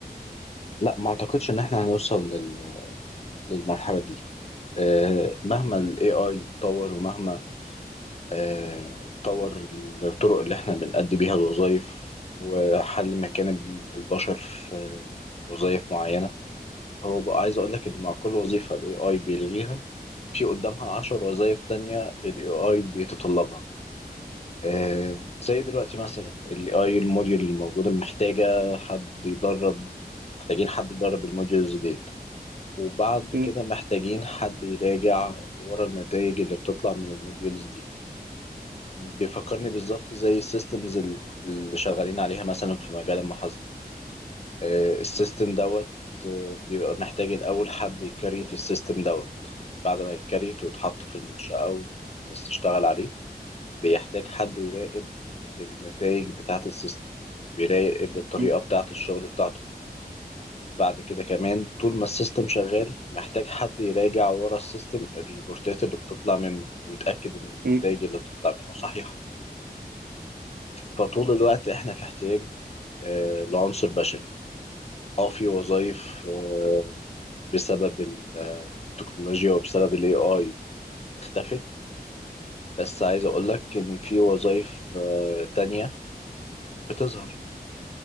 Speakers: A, on the left; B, on the right.
A: لا ما أعتقدش إن إحنا هنوصل لل... للمرحلة دي آه، مهما ال AI اتطور ومهما آه، اتطور الطرق اللي إحنا بنأدي بيها الوظائف وحل مكان البشر في وظائف معينة هو بقى عايز اقول لك ان مع كل وظيفه الاي اي بيلغيها في قدامها عشر وظائف تانية الاي اي بيتطلبها آه زي دلوقتي مثلا الاي اي الموديول اللي موجوده محتاجه حد يدرب محتاجين حد يدرب الموديولز دي وبعد
B: م-
A: كده محتاجين حد يراجع ورا النتائج اللي بتطلع من الموديولز دي بيفكرني بالظبط زي السيستمز اللي اللي شغالين عليها مثلا في مجال المحاسبه آه، السيستم دوت آه، بيبقى محتاج الأول حد يكريت السيستم دوت بعد ما يكريت ويتحط في المنشأة والناس تشتغل عليه بيحتاج حد يراقب النتائج بتاعة السيستم بيراقب الطريقة
B: م-
A: بتاعة الشغل بتاعته بعد كده كمان طول ما السيستم شغال محتاج حد يراجع ورا السيستم الريبورتات اللي بتطلع منه ويتأكد إن النتائج
B: مم.
A: اللي بتطلع منه صحيحة فطول الوقت إحنا في احتياج آه، لعنصر بشري اه في وظائف آه، بسبب ال- آه، التكنولوجيا وبسبب الاي اي اختفت بس عايز اقول لك ان في وظائف آه، تانية بتظهر